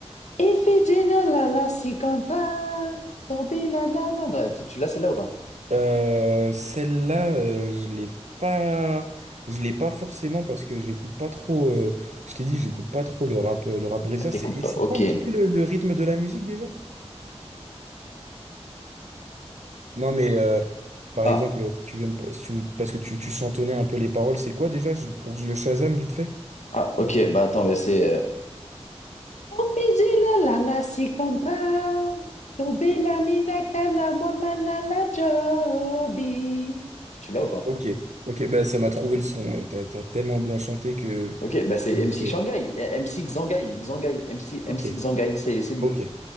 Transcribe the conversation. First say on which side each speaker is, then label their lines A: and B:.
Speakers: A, on the left; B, on the right.
A: Ifigenia la la si contra, tombi la na na na. Tu tu l'as celle-là ou pas?
B: Euh, celle-là, euh, je l'ai pas, je l'ai pas forcément parce que j'écoute pas trop. euh, je t'ai dit, j'écoute pas trop le rap, euh, le rap brésilien.
A: Ah, t'écoutes
B: C'est et
A: pas.
B: c'est
A: Ok.
B: quoi un petit peu le, le rythme de la musique déjà? Non, mais euh, par
A: Ah.
B: exemple, tu aimes pas- si tu- parce que tu, tu chantonnais un peu les paroles. C'est quoi déjà je- pour que je le Shazam vite fait?
A: Ah, ok, bah attends, mais c'est. euh, Officile la la la si contra, tu bilamina la wamana la jobi. Tu l'as ou pas?
B: Ok, ok, bah ça m'a trouvé le son. euh, T'as, t'as tellement bien chanté que.
A: Ok, bah c'est
B: je-
A: MC
B: je-
A: Shanghai, eh, MC Xangai, Xangai, MC, MC
B: Ok,
A: Xangai, c'est c'est lui.
B: ok.